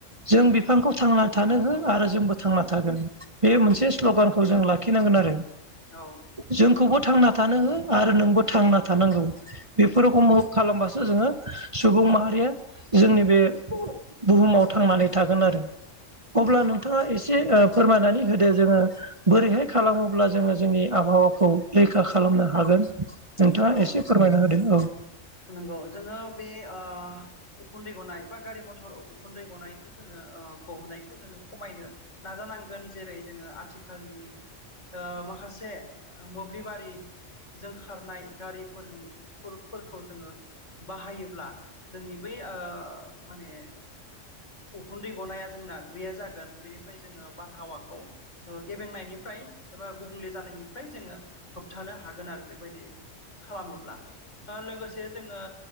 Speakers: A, on the right; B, on the left.
A: जों बिफांखौ थांना थानो हो आरो जोंबो थांना थागोन। बे मोनसे स्ल'गानखौ जों लाखिनांगोन आरो
B: औ।
A: जोंखौबो थांना थानो हो आरो नोंबो थांना थानांगौ। बेफोर उमुक खालामबासो जोङो सुबुं माहारिया जोंनि बे बुहुमाव थांनानै थागोन आरो अब्ला नोंथाङा एसे ओ फोरमायनानै होदो जोङो बोरैहाय खालामोब्ला जोङो जोंनि आबहावाखौ रैखा खालामनो हागोन नोंथाङा
B: औ
A: एसे फोरमायना होदों औ।
B: नंगौ जोङो बे ओ उखुन्दै गनाय बा गारि मथर उखुन्दै गनायखौ जोङो ओ गहोनायखौ जोङो खमायनो नाजानांगोन जेरै जोङो आथिखालनि ओ माखासे मोब्लिबारि जों खारनाय गारिफोरनि फोर फोर खौ जोङो बाहायोब्ला जोंनि बै ओ माने उखुन्दै गनाया जोंना गैया जागोन बेनिफ्राय जोङो बारहावाखौ ओ गेबेंनायनिफ्राय एबा गुबुंले जानायनिफ्राय जोङो होबथानो हागोन आरो बेबायदि। खालामोब्ला लोगोसे जोङो